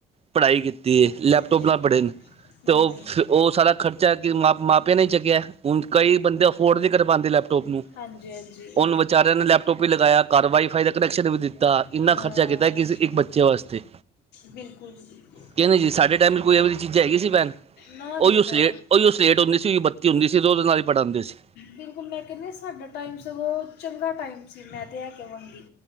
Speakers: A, on the right; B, on the left.
A: ਪੜ੍ਹਾਈ ਕੀਤੀ ਏ ਲੈਪਟੋਪ
B: ਬਿਲਕੁਲ
A: ਨਾਲ ਪੜੇ
B: ਹੂੰ
A: ਨੇ। ਤੇ ਓ ਫ ਓ ਸਾਰਾ ਖਰਚਾ ਕਿ ਮ ਮਾਪਿਆਂ ਨੇ ਹੀ ਚੱਕਿਆ ਹੁਣ ਕਈ ਬੰਦੇ ਅਫੋਡ ਨੀ ਕਰ ਪਾਂਦੇ ਲੈਪਟੋਪ ਨੂੰ।
B: ਹਾਂਜੀ-ਹਾਂਜੀ
A: ਉਹਨੂੰ ਵਿਚਾਰਿਆਂ ਨੇ ਲੈਪਟੋਪ ਵੀ ਲਗਾਇਆ ਕਾਰ ਵਾਈਫਾਈ ਦਾ ਕਨੈਕਸ਼ਨ ਵੀ ਦਿੱ ਤਾਂ ਇੰਨਾ
B: ਹਾਂ
A: ਖਰਚਾ ਕੀਤਾ ਕਿ ਸੀ ਇੱਕ ਬੱਚੇ ਵਾਸਤੇ।
B: ਬਿਲਕੁਲ ਜੀ ਬਿਲਕੁਲ
A: ਕਹਿੰਦੇ ਜੀ ਸਾਡੇ ਟਾਈਮ ਚ ਕੋਈ ਐਵੇ ਚੀਜ਼ਾਂ ਹੈਗੀ ਸੀ ਭੇਨ
B: ਨਾ ਜੀ
A: ਉਹੀ ਉਸ
B: ਨਾ
A: ਉਹਹੀ ਉਹ ਸਲੇਟ ਹੁੰਦੀ ਸੀ ਬੱਤੀ ਹੁੰਦੀ ਸੀ ਉਹਦੇ ਨਾਲ ਹੀ ਪੜ੍ਹਾਂਦੇ ਸੀ।
B: ਬਿਲਕੁਲ ਮੈਂ ਕਹਿੰਦੀ ਸਾਡਾ ਟਾਈਮ ਸਗੋਂ ਚੰਗਾ ਟਾਈਮ ਸੀ ਮੈਂ ਤਾਂ ਇਹ ਕਵਾਂਗੀ।